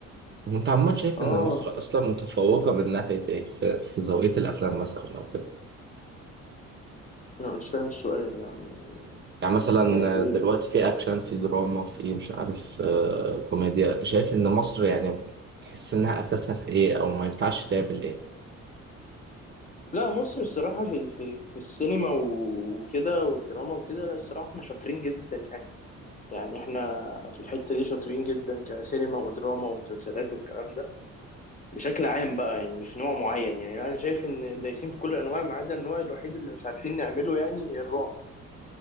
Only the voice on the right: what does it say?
وانت عمال شايف
ان مصر اصلا متفوقة من ناحية ايه في, في ذوقية الافلام مثلا او كده؟
يعني مثلا
دلوقتي في اكشن في دراما في مش عارف آه، كوميديا شايف ان مصر يعني تحس انها اساسها في ايه او ما ينفعش تعمل ايه